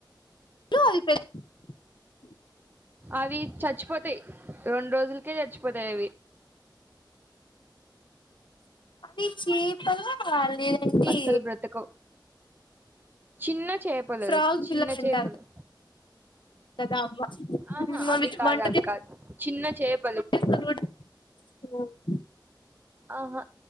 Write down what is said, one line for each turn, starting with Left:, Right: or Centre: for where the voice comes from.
Left: <unintelligible>
Right: అది చచ్చిపోతాయి రెండు రోజులకే చచ్చిపోతాయి అవి.
Left: అది చేపల నేనంటి
Right: అస్సలు బ్రతకవు చిన్న చేపలు
Left: ఫ్రాగ్
Right: చిన్న
Left: పిల్లలు అంటారు
Right: చేపలు.
Left: కదా
Right: ఆహా
Left: ఉమ్
Right: అవి కాదు
Left: వంట
Right: అవి కాదు చిన్న చేప.
Left: <unintelligible>
Right: ఆహా